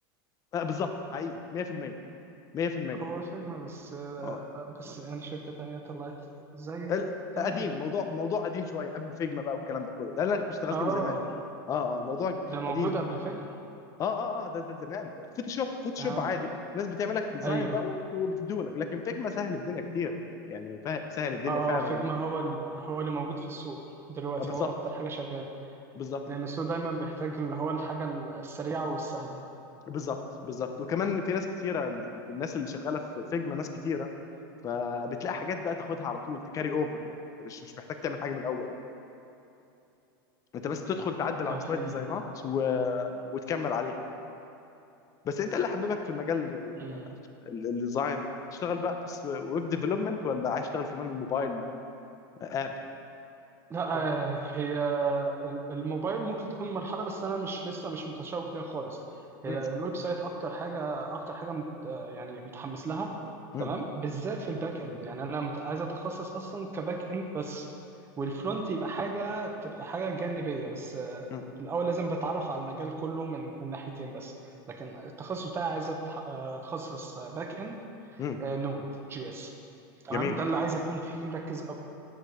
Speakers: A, on the left; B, on the right.
A: آه بالظبط حقيقي 100% 100%
B: هو فيجما بس آه،
A: اه
B: بس يعني شركة تانية طلعت زي
A: ال-
B: تمام
A: قديم موضوع موضوع قديم شويه قبل فيجما بقى والكلام ده كله ده اللي انا كنت اشتغلت
B: اه
A: بيه زمان يعني اه اه الموضوع
B: ده موجود
A: قديم يعني.
B: قبل فيجما
A: اه اه اه ده ده زمان ده فوتوشوب فوتوشوب
B: اه
A: عادي الناس بتعمل لك ديزاين
B: ايوه
A: دوت وبتديه لك لكن فيجما سهل الدنيا كتير يعني فا- سهل الدنيا
B: اه
A: فعلا
B: فيجما هو ال... هو اللي موجود في السوق دلوقتي
A: آه، بالظبط
B: هو اكتر حاجة شغال
A: بالظبط
B: لان السوق دايما بيحتاج اللي هو الحاجة السريعة والسهلة
A: بالظبط بالظبط وكمان في ناس كتيره ال- ال- الناس اللي شغاله في فيجما ناس كتيره فبتلاقي حاجات بقى تاخدها على طول تكاري اوفر يعني انت مش مش محتاج تعمل حاجه من الاول يعني. انت بس تدخل تعدل
B: ده
A: على شويه
B: حقيقي
A: ديزاينات و... وتكمل عليها يعني. بس انت اللي حببك في المجال ال-
B: مم.
A: ال- الديزاين تشتغل بقى في الس- ويب ديفلوبمنت ولا عايز تشتغل كمان موبايل آه،
B: لا طب آه، هي الموبايل ممكن تكون مرحلة بس أنا مش لسه مش متشوق ليها خالص هي
A: اب
B: الويب سايت أكتر حاجة أكتر حاجة مت آه، يعني متحمس لها
A: مم.
B: تمام بالذات في الباك إند يعني أنا مت... عايز أتخصص أصلا كباك إند بس والفرونت يبقى حاجة تبقى حاجة جانبية بس آه،
A: مم.
B: الأول لازم بتعرف على المجال كله من من ناحيتين بس لكن التخصص بتاعي عايز أتح- آه، أتخصص باك إند
A: مم.
B: نود جي إس تمام
A: جميل
B: ده اللي عايز أكون فيه مركز